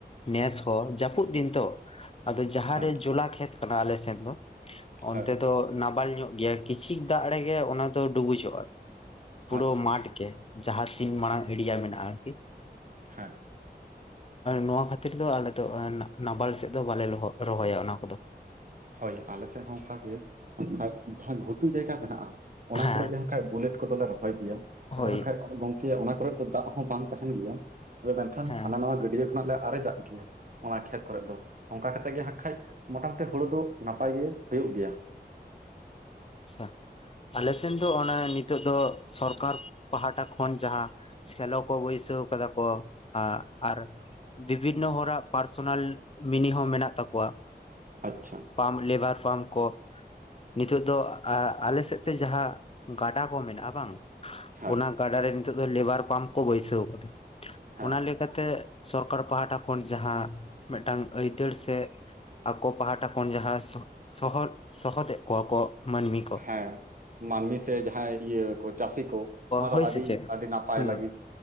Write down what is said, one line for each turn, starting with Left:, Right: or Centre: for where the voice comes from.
Left: ᱱᱮᱥ ᱦᱚᱸ ᱡᱟᱹᱯᱩᱫ ᱫᱤᱱ ᱛᱚ ᱟᱫᱚ ᱡᱟᱦᱟᱸᱨᱮ
Right: ᱦᱮᱸ
Left: ᱡᱚᱞᱟ ᱠᱷᱮᱛ ᱠᱟᱱᱟ ᱟᱞᱮ ᱥᱮᱫ ᱫᱚ ᱚᱱᱛᱮ
Right: ᱦᱮᱸ
Left: ᱫᱚ ᱱᱟᱵᱟᱞ ᱧᱚᱜ ᱜᱮᱭᱟ ᱠᱤᱪᱷᱤᱠ ᱫᱟᱜ ᱨᱮᱜᱮ ᱚᱱᱟ ᱫᱚ ᱰᱩᱵᱩᱡᱚᱜᱼᱟ ᱯᱩᱲᱳ
Right: ᱟᱪᱪᱷᱟ
Left: ᱢᱟᱴᱷ ᱜᱮ ᱡᱟᱦᱟᱸ ᱛᱤᱱ ᱢᱟᱲᱟᱝ ᱮᱲᱤᱭᱟ ᱢᱮᱱᱟᱜᱼᱟ ᱟᱨᱠᱤ
Right: ᱦᱮᱸ
Left: ᱱᱚᱣᱟ ᱠᱷᱟᱹᱛᱤᱨ ᱫᱚ ᱟᱞᱮ ᱫᱚ ᱱᱟᱵᱟᱞ ᱥᱮᱫ ᱫᱚ ᱵᱟᱞᱮ ᱨᱚᱦᱚᱭᱟ ᱚᱱᱟ ᱠᱚᱫᱚ
Right: ᱦᱳᱭ ᱟᱞᱮ ᱥᱮᱫ ᱦᱚᱸ ᱚᱱᱠᱟ ᱜᱮ ᱡᱟᱦᱟᱸ ᱜᱷᱩᱴᱩ ᱡᱟᱭᱜᱟ ᱢᱮᱱᱟᱜᱼᱟ ᱚᱱᱟ
Left: ᱦᱮᱸ
Right: ᱠᱚᱨᱮ ᱡᱟᱦᱟᱸ ᱠᱷᱟᱡ ᱵᱩᱞᱮᱴ ᱠᱚᱫᱚᱞᱮ ᱨᱚᱦᱚᱭ ᱜᱮᱭᱟ ᱟᱫᱚ
Left: ᱦᱳᱭ
Right: ᱦᱟᱸᱜ ᱠᱷᱟᱡ ᱜᱚᱝᱼᱼ ᱚᱱᱟ ᱠᱚᱨᱮᱫ ᱫᱚ ᱫᱟᱜ ᱦᱚᱸ ᱵᱟᱝ ᱛᱟᱦᱮᱱ ᱜᱮᱭᱟ ᱟᱫᱚ ᱢᱮᱱᱠᱷᱟᱱ
Left: ᱦᱮᱸ
Right: ᱦᱟᱱᱟ ᱱᱟᱣᱟ ᱜᱟᱹᱰᱭᱟᱹ ᱠᱷᱚᱱᱟᱜ ᱞᱮ ᱟᱨᱮᱡᱟᱜ ᱜᱮᱭᱟ ᱚᱱᱟ ᱠᱷᱮᱛ ᱠᱚᱨᱮ ᱫᱚ ᱚᱱᱠᱟ ᱠᱟᱛᱮ ᱜᱮ ᱦᱟᱸᱜ ᱠᱷᱟᱡ ᱢᱚᱴᱟᱢᱩᱴᱤ ᱦᱩᱲᱩ ᱫᱚ ᱱᱟᱯᱟᱭ ᱜᱮ ᱦᱩᱭᱩᱜ ᱜᱮᱭᱟ
Left: ᱟᱪᱪᱷᱟ ᱟᱞᱮ ᱥᱮᱱ ᱫᱚ ᱚᱱᱟ ᱱᱤᱛᱚᱜ ᱫᱚ ᱥᱚᱨᱠᱟᱨ ᱯᱟᱦᱴᱟ ᱠᱷᱚᱱ ᱡᱟᱦᱟᱸ ᱥᱮᱞᱚ ᱠᱚ ᱵᱟᱹᱭᱥᱟᱹᱣ ᱠᱟᱫᱟ ᱠᱚ ᱟᱨ ᱵᱤᱵᱷᱤᱱᱱᱚ ᱦᱚᱲᱟᱜ ᱯᱟᱨᱥᱚᱱᱟᱞ ᱢᱤᱱᱤ ᱦᱚᱸ ᱢᱮᱱᱟᱜ ᱛᱟᱠᱚᱣᱟ
Right: ᱟᱪᱪᱷᱟ
Left: ᱯᱟᱢᱯ ᱞᱮᱵᱟᱨ ᱯᱟᱢᱯ ᱠᱚ ᱱᱤᱛᱚᱜ ᱫᱚ ᱟᱞᱮ ᱥᱮᱫ ᱛᱮ ᱡᱟᱦᱟᱸ ᱜᱟᱰᱟ ᱠᱚ ᱢᱮᱱᱟᱜᱼᱟ ᱵᱟᱝ
Right: ᱦᱮᱸ
Left: ᱚᱱᱟ ᱜᱟᱰᱟ ᱨᱮ ᱱᱤᱛᱚᱜ ᱫᱚ ᱞᱮᱵᱟᱨ ᱯᱟᱢᱯ ᱠᱚ ᱵᱟᱹᱭᱥᱟᱹᱣ ᱟᱠᱟᱫᱟ
Right: ᱦᱮᱸ
Left: ᱚᱱᱟ ᱞᱮᱠᱟᱛᱮ ᱛᱮ ᱥᱚᱨᱠᱟᱨ ᱯᱟᱦᱴᱟ ᱠᱷᱚᱱ ᱡᱟᱦᱟᱸ ᱢᱤᱫᱴᱟᱝ ᱟᱹᱭᱫᱟᱹᱨ ᱥᱮ ᱟᱠᱚ ᱯᱟᱦᱴᱟ ᱠᱷᱚᱱ ᱡᱟᱦᱟᱸ ᱥᱚᱦᱚᱫ ᱥᱚᱦᱚᱫᱮᱫ ᱠᱚᱣᱟ ᱠᱚ ᱢᱟᱹᱱᱢᱤ ᱠᱚ
Right: ᱦᱮᱸ ᱢᱟᱱᱢᱤ ᱥᱮ ᱡᱟᱦᱟᱸᱭ ᱤᱭᱟᱹ ᱠᱚ ᱪᱟᱹᱥᱤ ᱠᱚ ᱚᱱᱟ ᱫᱚ
Left: ᱦᱳᱭ
Right: ᱟᱹᱰᱤ
Left: ᱥᱮ ᱪᱮᱫ
Right: ᱟᱹᱰᱤ ᱱᱟᱯᱟᱭ
Left: ᱦᱩᱸ
Right: ᱞᱟᱹᱜᱤᱫ